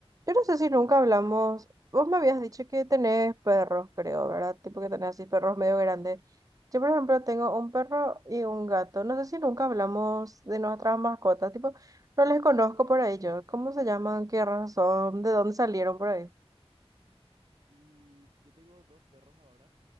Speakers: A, on the right (about 35°); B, on the right (about 60°).
A: Yo no sé si nunca hablamos. Vos me habías dicho que tenés perros, creo, ¿verdad? Tipo que tenés
B: Ujú.
A: así perros medio grandes. Yo, por ejemplo, tengo un perro y un gato. No sé si nunca hablamos de nuestras mascotas. Tipo, no les conozco por ahí yo. ¿Cómo se llaman? ¿Qué raza
B: <laughs>
A: son? ¿De dónde salieron por ahí?
B: Y yo tengo dos perros ahora.